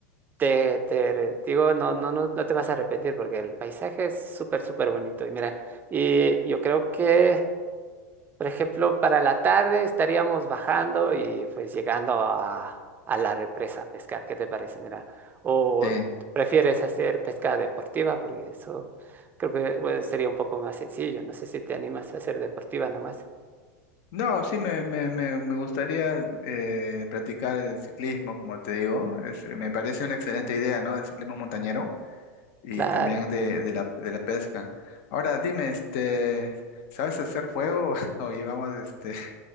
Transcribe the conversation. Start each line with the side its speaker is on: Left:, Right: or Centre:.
Right: Te, te re- digo, no, no, no, no te vas a arrepentir porque el paisaje es súper, súper bonito. Y mira, y yo creo que, por ejemplo, para la tarde estaríamos bajando y pues llegando a, a la represa a pescar. ¿Qué te parece? Mira, o
Left: Sí.
Right: prefieres hacer pesca deportiva porque eso creo que pues, sería un poco más sencillo. No sé si te animas a hacer deportiva nomás.
Left: No, sí, me, me, me, me gustaría eh, practicar el ciclismo, como te digo. Es- me parece una excelente idea, ¿no? El ciclismo montañero y
Right: Claro.
Left: también de, de la, de la pesca. Ahora, dime, este, ¿sabes hacer fuego <laughs> o llevamos este,